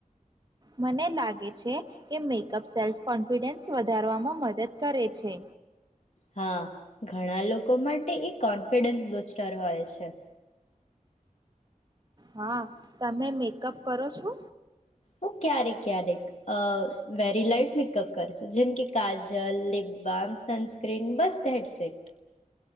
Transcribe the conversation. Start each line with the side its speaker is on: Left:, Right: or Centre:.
Right: મને લાગે છે કે મેકઅપ સેલ્ફ કોન્ફિડન્સ વધારવામાં મદદ કરે છે.
Left: હા ઘણા લોકો માટે એ કોન્ફિડન્સ બુસ્ટર હોય છે.
Right: હા તમે મેકઅપ કરો છો?
Left: હું ક્યારેક ક્યારેક અ વેરી લાઈટ મેકઅપ કરશું જેમકે કાજલ લિપબામ સનસ્ક્રીન બસ હેડસેટ.